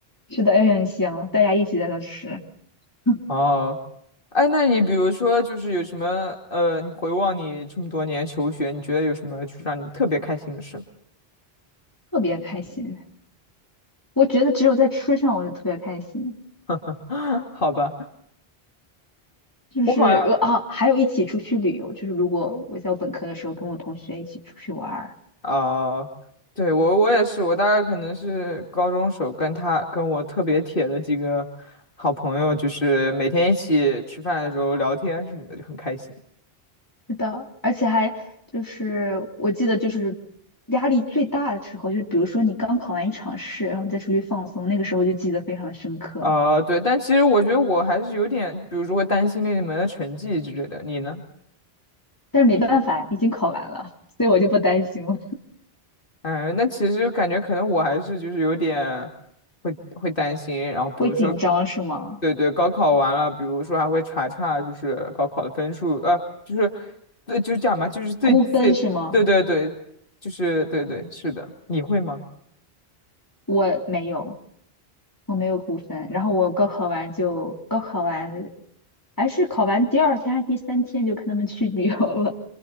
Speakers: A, on the left (about 20°); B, on the left (about 60°).
A: 吃的也很香，大家一起在那吃，<laughs>
B: 哦，哎，那你比如说就是有什么呃，你回望你这么多年求学，你觉得有什么就是让你特别开心的事吗？
A: 特别开心。我觉得只有在吃上我就特别开心，
B: <gasps> <laughs> 好吧，
A: 就是我啊，
B: 我好像
A: 还有一起出去旅游，就是如果我在我本科的时候跟我同学一起出去玩
B: 啊、对，我我也是，我大概可能是高中时候跟他跟我特别铁的几个好朋友，就是每天一起吃饭的时候聊天什么的，就很开心。
A: 是的，而且还就是我记得就是压力最大的时候，就比如说你刚考完一场试，然后你再出去放松，那个时候就记得非常深刻。
B: 啊、对，但其实我觉得我还是有点，比如说会担心那你们的成绩之类的。你呢？
A: 但是没办法呀，已经考完了，所以我就不担心了。
B: 哎，那其实感觉可能我还是就是有点会会担心，然后比如说，
A: 会紧张是吗？
B: 对对，高考完了，比如说还会查查就是高考的分数，呃，就是对，就是这样吧，就是最最对对对，
A: 估分是吗？
B: 就是对对是的，你会吗？
A: 我没有，我没有估分。然后我高考完就高考完，还是考完第二天还是第三天就跟他们去旅游了。